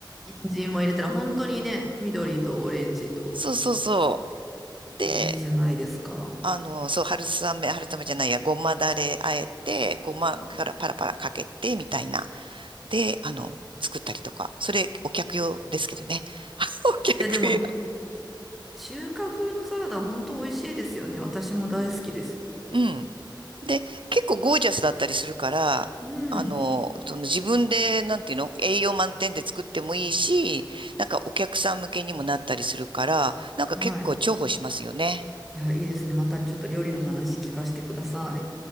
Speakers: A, in the centre; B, on the right.
A: 人参も入れたら本当にね、緑とオレンジと
B: そうそうそう。で、
A: いいじゃないですか。
B: あの、そう、春雨、春雨じゃないや、ごまだれあえて、ごまからパラパラかけて、
A: うん
B: みたいな。で、あの、作ったりとか。それ、お客用ですけどね。<laughs> お客用。
A: いや、でも中華風のサラダ本当美味しいですよね。私も大好きです。
B: うん。で、結構ゴージャスだったりするから、
A: うん。
B: あの、その自分で、なんていうの、栄養満点で作ってもいいし、なんかお客さん向けにもなったりするから、なんか結構重宝しますよね。
A: はい。いや、いいですね。またちょっと料理の話聞かせてください。